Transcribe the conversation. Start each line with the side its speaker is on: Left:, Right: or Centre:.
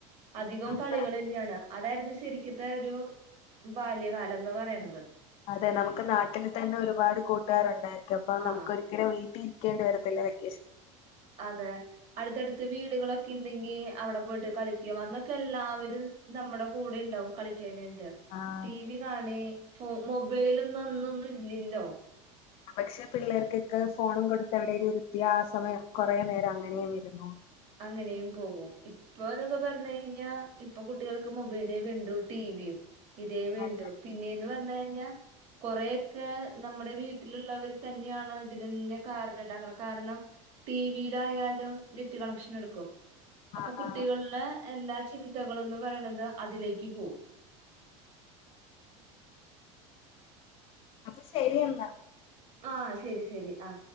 Right: അധികം
Left: നമുക്ക്
Right: കളികൾ തന്നെയാണ് അതായിരുന്നു ശരിക്കത്തെ ഒരു ബാല്യകാലംന്ന് പറയണത്
Left: അതെ നമുക്ക് നാട്ടിൽ തന്നെ ഒരുപാട് കൂട്ടുകാരുണ്ടായിരിക്കും അപ്പൊ
Right: ആ
Left: നമുക്ക് ഒരിക്കലും വീട്ടിൽ ഇരിക്കേണ്ടി വരത്തില്ല വ്യക്
Right: അതെ അടുത്തടുത്ത് വീടുകളൊക്കെ ഉണ്ടെങ്കി അവിടെ പോയിട്ട് കളിക്കും അന്നൊക്കെ എല്ലാവരും നമ്മുടെ കൂടെ ഉണ്ടാവും കളിക്കാനട്ട
Left: ആഹ്
Right: ടി
Left: അതെ
Right: വി കാണ ഫോ മൊബൈലൊന്നും അന്നൊന്നും ഇല്ലല്ലോ
Left: പക്ഷെ പിള്ളേർക്കൊക്കെ ഫോണും കൊടുത്ത എവിടേൽ ഇരുത്തിയ വൃത്യാസമം കൊറെ നേരം അങ്ങനെയ ഇരുന്നോളും
Right: അങ്ങനെയും പോകും ഇപ്പോ എന്നൊക്കെ പറഞ്ഞു കഴിഞ്ഞാൽ ഇപ്പൊ കുട്ടികൾക്ക് മൊബൈലേ വേണ്ടു ടിവിയും ഇതേ വേണ്ടു
Left: അതെ
Right: പിന്നെയന്ന് പറഞ്ഞ കഴിഞ്ഞാൽ കൊറെയൊക്കെ നമ്മുടെ വീട്ടിലുള്ളവർ തന്നെയാണ് ഇതിനന്നെ കാരണംണ്ടാക്കണം കാരണം ടി വിയിലായാലും നെറ്റ് കണക്ഷൻ എടുക്കും അപ്പൊ
Left: ആഹ്
Right: കുട്ടികൾളെ
Left: ആഹ്
Right: എല്ലാ ചിന്തകളൊന്നു പറയണത് അതിലേക്ക് പോവും
Left: അപ്പൊ ശരിയെന്നാ
Right: ആഹ് ശരി ശരി ആ